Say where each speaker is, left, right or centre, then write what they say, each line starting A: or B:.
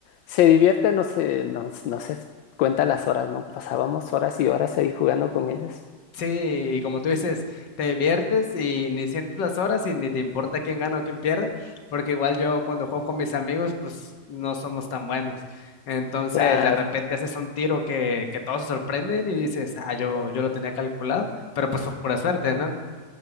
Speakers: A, on the left; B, on the left.
A: se divierte, no se, no, s- no se cuenta las horas, ¿no? Pasábamos horas y horas ahí jugando con ellos.
B: Sí, y como tú dices, te diviertes y ni sientes las horas y ni te importa quién gana o quién pierde, porque igual yo cuando juego con mis amigos, pues no somos tan buenos. Entonces,
A: Claro,
B: de repente haces un tiro que, que todos se sorprenden y dices, ah, yo, yo lo tenía calculado, pero pues fue pura suerte, ¿no?